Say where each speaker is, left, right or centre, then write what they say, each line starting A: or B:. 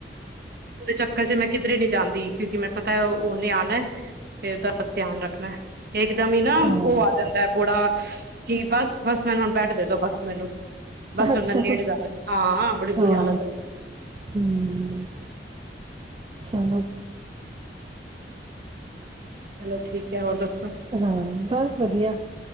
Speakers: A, on the right (about 55°); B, on the right (about 30°).
A: ਓਹਦੇ ਚੱਕਰ ਚ ਮੈਂ ਕਿਧਰੇ ਨੀ ਜਾਂਦੀ ਕਿਉਂਕਿ ਮੈਂ ਪਤਾ ਹੈ ਉਹ ਓਹਨੇ ਆਉਣਾ ਤੇ ਉਹਦਾ ਧਿਆਨ ਰੱਖਣਾ ਇੱਕਦਮ ਹੀ ਨਾ
B: ਹਮ ਹਾਂ
A: ਉਹ ਆ ਜਾਂਦਾ ਬੜਾ ਕਿ ਬਸ-ਬਸ ਮੈਨ ਹੁਣ ਬੇਡ ਦੇਦੋ ਬੱਸ ਮੈਨੂੰ ਬਸ
B: ਅੱਛਾ
A: ਹੁਣ ਮੈ ਲੇਟ ਜਾਦਾ ਹਾਂ ਬੜੀ ਬੁਰੀ
B: ਹਾਂ
A: ਹਾਲਤ ਹੋਣ
B: ਹਮ ਚਲੋ
A: ਚਲੋ ਠੀਕ ਕ ਹੋਰ ਦੱਸ
B: ਹਾਂ ਬਸ ਵਧੀਆ।